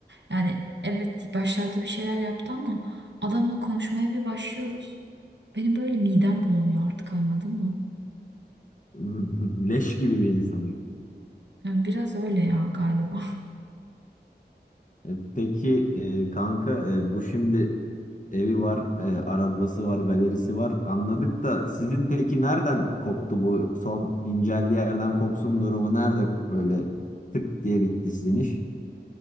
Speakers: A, on the right; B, on the left.
A: Yani evet başlarda bir şeyler yaptı ama adamla konuşmaya bir başlıyoruz. Benim böyle midem bulanıyor artık anladın mı?
B: <laughs> Leş gibi bir insan. ya.
A: Yani biraz öyle ya galiba. <laughs>
B: E, Peki e, kanka e, bu şimdi evi var, e, arabası var, galerisi var. Anladık da sizin peki nereden koptu bu son inceldiği yerden kopsun durumu nerede böyle tık diye bitti sizin iş?